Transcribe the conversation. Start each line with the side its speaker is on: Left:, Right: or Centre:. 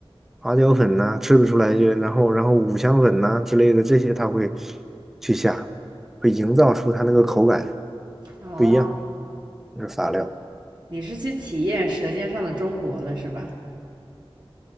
Centre: 花椒粉呐、吃不出来就然后然后五香粉呐、之类的这些，它会去下，会营造出它那个口感
Right: 哦，
Centre: 不一样，那是法料。
Right: 你是去体验《舌尖上的中国》了是吧？